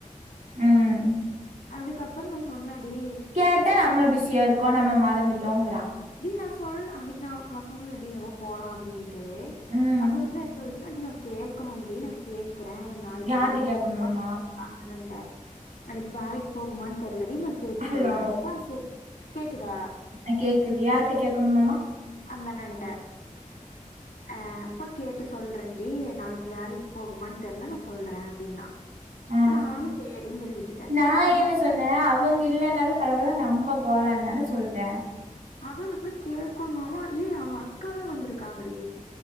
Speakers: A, on the right (about 75°); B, on the left (about 80°).
A: ம்
B: அதுக்கப்புறோ நா சொன்னடி
A: கேட்டா நம்ம பிஸியா இருக்கோ நம்ம மறந்துட்டோங்கிறா
B: டி நா சொல்ல அன்னைக்கு நா நா சொன்னல்ல டி இந்த மா போலா அப்டின்ட்டு
A: ம்
B: அப்ப அந்த பிள்ள என்ட்ட சொல்லுச்சு இல்லடி நா கேக்கனு டி நா கேக்குற நாளைக்கு
A: யார்ட்ட
B: வேலைக்கு
A: கேக்கணுமாமா
B: போகுமா அந்த அண்ணன்ட்ட அன்னிக்கு வேலைக்கு போகுமான் தெர்லடி நா கேட்டு
A: ஹலோ
B: சொல்ற ஆ சே கேக்குதா
A: ஆ கேக்குது யார்ட்ட கேக்கணுமாம்மா
B: அந்தண்ணன்ட்ட அ அப்ப கேட்டு சொல்றன்டி நாளைக்கி வேலைக்கி போகுமான் தெர்ல நா சொல்ற அப்டின்னா
A: ஆ
B: நானு சேரின் சொல்லி விட்டுட்ட
A: நா
B: மறுநாள்
A: என்ன சொன்னே அவங்க இல்லனாலு பரவால்ல நம்ம போலான் தான சொல்ட்ட
B: அது அந்த புள்ள கேக்குமாமா ஏய் அவங்க அக்காலா வந்துருக்காங்கடி